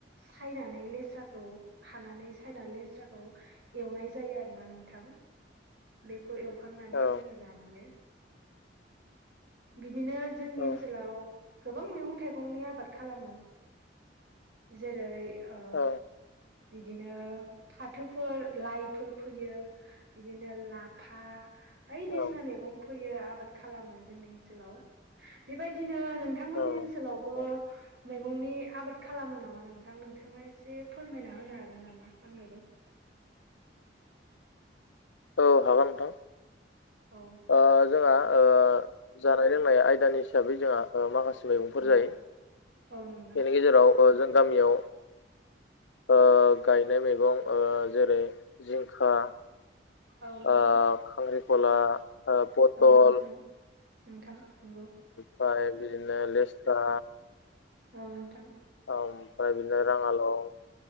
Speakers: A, on the right; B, on the left.
A: सायनानै लेस्राखौ खानानै सायना लेस्राखौ एवनाय जायो आ ना नोंथां बेखौ एवखांनानै
B: औ
A: जोङो जायो । दिनो जोंनि
B: औ
A: ओनसोलाव गोबां मैगं थाइगंनि आबाद खालामो जेरै आ
B: औ
A: बिदिनो फाथोफोर लाइ फोर फैयो बिदिनो लाफा बायदिसिना
B: औ
A: मेगं फोयो आबाद खालामो जोंनि ओनसोलाव बेबायदिनो नोंथांमोननि
B: औ
A: ओनसोलावबो
B: औ
A: मैगंनि आबाद खालामो नामा नोंथां? नोंथाङा एसे फोरमायना होनो हागोन नामा आंनोबो ।
B: <unintelligible> औ हागोन नोंथां
A: औ
B: ओ जोंहा ओ जानाय लोंनाय आयदानि हिसाबै जोंहा ओ माखास मैगंफोर
A: औ
B: जायो
A: औ नोंथां
B: बेनि गेजेराव ओ जों गामियाव ओ गायनाय मैगं ओ जेरै जिंखा
A: औ नोंथां
B: ओ खांख्रिखला ओ पटल
A: औ नोंथां नोंथां नंगौ ‌।
B: फाय बिदिनो लेस्रा
A: औ नोंथां ।
B: औ ओमफ्राय बिदिनो राङाल' ओ